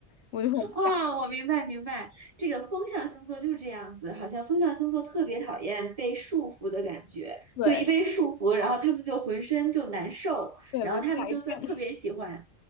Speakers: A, on the left; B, on the right.
A: 我就很不想
B: 啊！我明白明白，这个风象星座就是这样子，好像风象星座特别讨厌被束缚的感觉，
A: 对
B: 就一被束缚，然后他们就浑身就难受，
A: 对，
B: 然后他们就算特别喜欢，
A: 我就来劲。